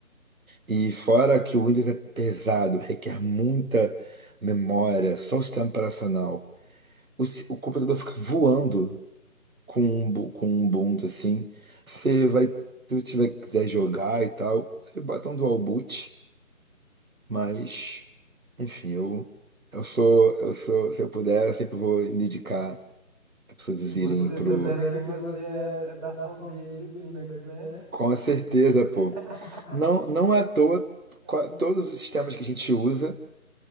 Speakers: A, on the right; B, on the right.
A: E fora que o Windows é pesado, requer muita memória, só o sistema operacional. O, si- o computador fica voando com um, bu- com um Ubuntu assim. Você vai, se você tiver, quiser jogar e tal, você bota um dual boot. Mas, enfim, eu, eu sou, eu sou, se eu puder, eu sempre vou indicar as pessoas
B: Você,
A: irem pro.
B: tô vendo que você é, é da fanbase do Linux, né?
A: Com certeza, pô.
B: <laughs>
A: Não, não é à toa,
B: Ah,
A: qua- todos os sistemas que a gente usa